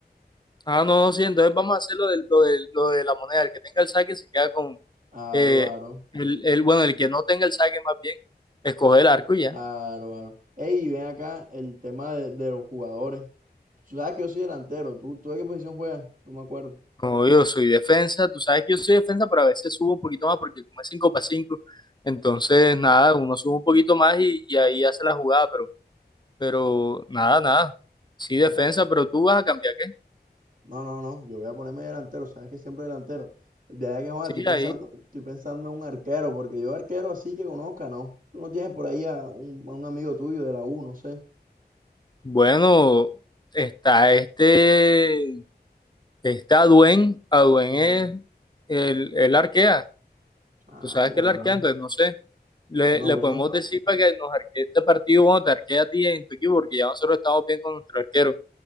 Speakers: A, on the left (about 25°); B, on the right (about 50°).
A: Ah, no, no, sí, entonces vamos a hacer lo de, lo de, lo de la moneda. El que tenga el saque se queda con
B: Aro,
A: eh,
B: aro,
A: el, el, bueno, el que no tenga el saque más bien, escoge el arco y ya.
B: aro, aro. Ey, ven acá el tema de, de los jugadores. Tú sabes que yo soy delantero. ¿Tú, tú de qué posición juegas? No me acuerdo.
A: No, yo soy defensa, tú sabes que yo soy defensa, pero a veces subo un poquito más porque como es 5 para 5 entonces nada, uno sube un poquito más y, y ahí hace la jugada, pero, pero nada, nada. Sí, defensa,
B: Ya, vea.
A: pero tú vas a cambiar qué.
B: No, no, no, yo voy a ponerme delantero, sabes que siempre delantero. De ahí que joder,
A: Sí,
B: estoy pensando,
A: ahí.
B: estoy pensando en un arquero, porque yo arquero así que conozca, ¿no? Tú no tienes por ahí a un, a un amigo tuyo de la U, no sé.
A: Bueno, está este, está Duen, a duen
B: Mm,
A: es el, el arquea,
B: Ah,
A: tú sabes
B: bueno,
A: que el arquea, entonces no sé, le,
B: bueno,
A: le
B: bueno.
A: podemos decir para que nos arquee este partido, bueno, te arquea a ti en tu equipo, porque ya nosotros estamos bien con nuestro arquero.